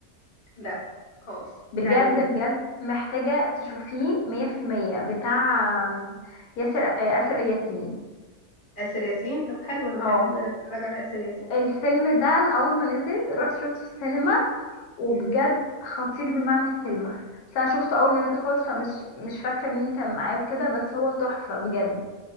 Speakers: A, on the left; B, on the left.
A: لا خالص بتاع
B: بجد
A: مين ده
B: بجد محتاجة تشوفيه مية في المية بتاع آم، ياسر آه، آسر ياسين
A: آسر ياسين طب حلو انا بحب
B: اه
A: اتفرج على آسر ياسين
B: الفيلم ده انا اول ما نزل رحت شفته في السينما وبجد
A: مم.
B: خطير بمعنى الكلمة بس انا شفته اول ما نزل خالص فمش مش فاكرة مين كان معاه وكده بس هو تحفة بجد